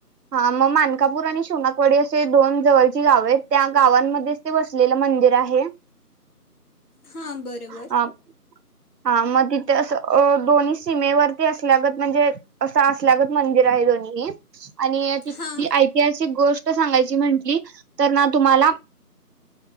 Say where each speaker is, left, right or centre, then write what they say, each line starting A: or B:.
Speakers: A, on the right (about 80°); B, on the left (about 65°).
A: हा मग, मानकापूर आणि शिवणकवाडी असे दोन जवळची गाव आहेत. त्या गावांमध्येच ते बसलेलं मंदिर आहे.
B: हां बरोबर,
A: अ हा, मग तिथे अस, दोन्ही सीमेवरती अस, असलागत म्हणजे असं असलागत मंदिर आहे. दोन्ही आणि तेथील
B: हां
A: ऐतिहासिक गोष्ट सांगायची म्हटली. तर ना तुम्हाला